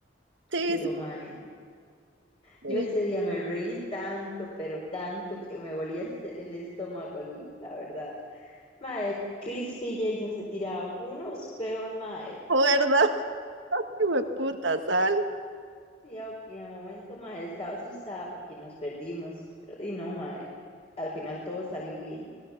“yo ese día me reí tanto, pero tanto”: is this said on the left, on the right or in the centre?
Left